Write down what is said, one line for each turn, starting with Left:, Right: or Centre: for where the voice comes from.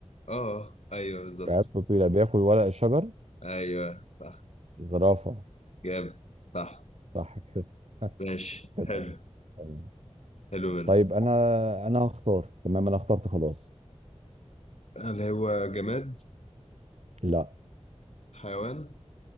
Left: آه، ايوه بالظبط
Right: رقبته طويله بياكل ورق الشجر
Left: ايوه صح
Right: زرافه
Left: جامد صح
Right: صح كده
Left: ماشي
Right: تمام
Left: حلو
Right: تمام.
Left: حلو منك
Right: طيب انا انا هختار تمام انا اخترت خلاص
Left: هل هو جماد
Right: لا
Left: حيوان